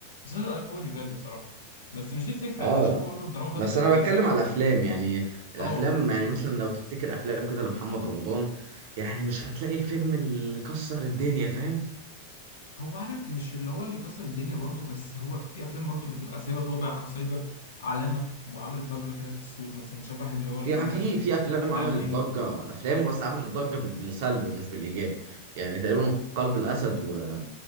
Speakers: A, on the left (about 65°); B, on the right (about 50°).
A: مسلسل ايقوني بجد بصراحه بس مش دي الفكره
B: اه
A: انا شايفه برضه الدراما بتاعته
B: بس
A: كانت
B: انا
A: كويسه
B: بتكلم على الافلام يعني الافلام
A: اه
B: يعني مثلا لو تفتكر افلام كده لمحمد رمضان يعني مش هتلاقي الفيلم اللي كسر الدنيا فاهم
A: هو عارف مش اللي هو اللي كسر الدنيا برضو بس هو في افلام برضو بتبقى سايبه طابع او سايبه علامه وعملت ضجه كده في السوق مثلا شبه اللي هو القلب
B: في في
A: الاسد
B: في افلام
A: الالماني
B: عملت ضجه افلامه بس عملت ضجه بال- بالسلب مش بالايجاب يعني تقريبا قلب الاسد و...